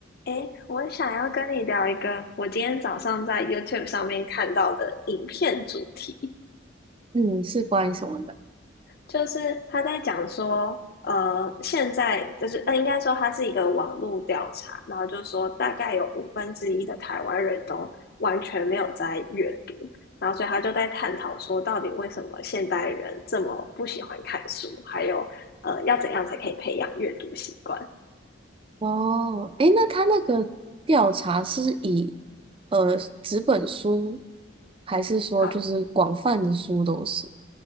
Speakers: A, on the left; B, on the right.
A: 诶，我想要跟你聊一个我今天早上在 YouTube 上面看到的影片主题，
B: 嗯，是关于什么的？
A: 就是他在讲说，呃，现在就是呃，应该说它是一个网络调查，然后就说大概有五分之一的台湾人都完全没有在阅读，然后所以他就在探讨说，到底为什么现代人这么不喜欢看书，还有呃，要怎样才可以培养阅读习惯？
B: 哦，诶，那他那个调查是以呃纸本书，还是说就是广泛的书都是？
A: 好，